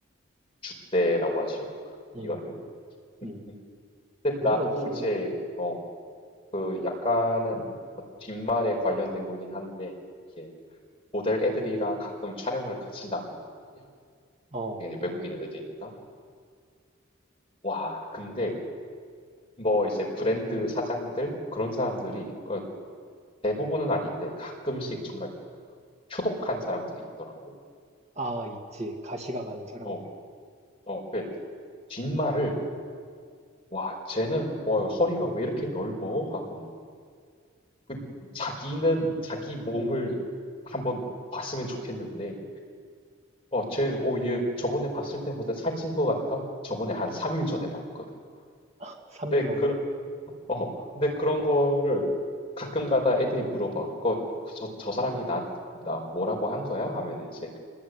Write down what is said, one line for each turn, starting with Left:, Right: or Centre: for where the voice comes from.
Left: 줏대라고 하죠.
Right: 음,
Left: 이거를.
Right: 음.
Left: 음. 근데
Right: 그게
Left: 나도
Right: 없으면
Left: 이제 어, 그 약간은 어, 뒷말에 관련된 거긴 한데 이게 모델 애들이랑 가끔 촬영을 같이 나간단 말이야.
Right: 어,
Left: 당연히 외국인 애들이니까. 와, 근데 뭐 이제 브랜드 사장들 그런 사람들이 어, 대부분은 아닌데 가끔씩 정말 표독한 사람들이 있더라고.
Right: 아, 있지. 가시가 많은 사람들.
Left: 어, 어, 그 뒷말을 와, 쟤는 와, 허리가 왜 이렇게 넓어? 하고 막. 그 자기는 자기 몸을 한번 봤으면 좋겠는데 어, 쟤, 어, 얘 저번에 봤을 때보다 살찐 것 같아. 저번에 한 3일 전에 봤거든.
Right: <laughs> 3일
Left: 근데
Right: 만에.
Left: 그 어, 근데 그런 거를 가끔 가다 애들이 물어봐. 그, 그 저, 저 사람이 나한테 나 뭐라고 한 거야? 하면 이제